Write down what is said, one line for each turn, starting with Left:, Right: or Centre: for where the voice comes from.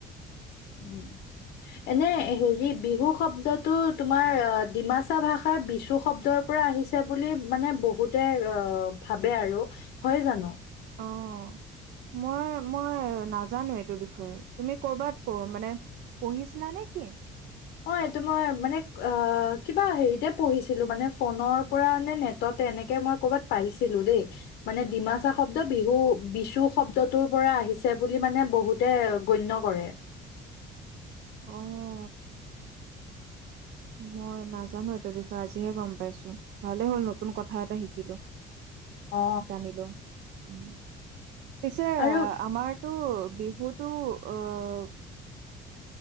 Left: উম। এনে হেৰি বিহু শব্দটো তোমাৰ ডিমাচা ভাষাৰ বিচু শব্দৰ পৰা আহিছে বুলি মানে বহুতে অ ভাবে আৰু হয় জানো।
Right: অহ। মই মই নাজানো এইটো বিষয়ে তুমি কৰবাত কওঁ মানে পঢ়িছিলা নেকি।
Left: অহ, এইটো মই মানে অ কিবা হেৰিতে পঢ়িছিলোঁ মানে ফোনৰ পৰা নেট ততে এনেকে মই কৰ'বাত পাইছিলো দেই। মানে ডিমাচা শব্দ বিহু বিচু শব্দটোৰ পৰা আহিছে বুলি মানে বহুত তে গণ্য কৰে।
Right: অহ। মই নাজানো এইটোৰ বিষয়ে আজিহে গম পাইছো। ভালে হল নতুন কথা এটা শিকিলো।
Left: অ
Right: জানিলো উম পিছে
Left: আৰু
Right: আহ, আমাৰতো বিহুতো অহ